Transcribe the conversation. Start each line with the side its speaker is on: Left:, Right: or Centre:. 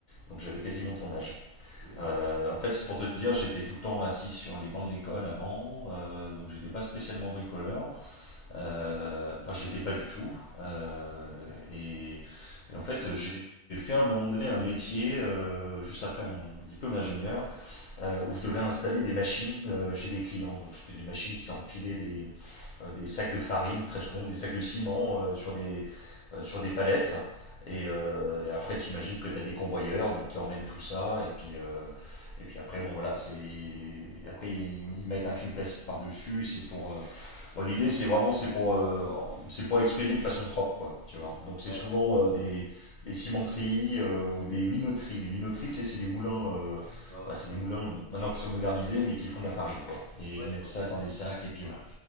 Left: donc j'avais quasiment mon ton âge.
Right: Hmm,
Left: Euh, en fait, c'est pour te dire, j'étais tout le temps assis sur les bancs de l'école avant, euh, donc j'étais pas spécialement bricoleur,
Right: d'accord.
Left: euh, enfin je l'étais pas du tout, euh, et, et en fait j'ai j'ai fait à un moment donné un métier euh, juste après mon diplôme d'ingénieur euh, où je devais installer des machines euh, chez des clients. Donc c'était des machines qui empilaient des, euh, des sacs de farine, très souvent des sacs de ciment euh, sur, des, euh, sur des palettes. Et, euh, et après, tu imagines que tu as des convoyeurs donc, qui emmènent tout ça. Et puis, euh, et puis après, bon voilà, c'est. Après, ils, mettent un film plastique par-dessus et c'est pour, euh, Bon, L'idée, c'est vraiment, c'est pour, euh, c'est pour expédier de façon propre, quoi, tu vois. Donc, c'est
Right: Ouais,
Left: souvent euh, des, des cimenteries euh, ou des minoteries. Les minoteries, tu sais, c'est les moulins, euh,
Right: ouais, ouais.
Left: bah, c'est les moulins bon, maintenant qui sont modernisés, mais qui font de la farine, quoi. Et
Right: Ouais,
Left: ils mettent
Right: je vois
Left: ça
Right: bien.
Left: dans des sacs, et puis voilà.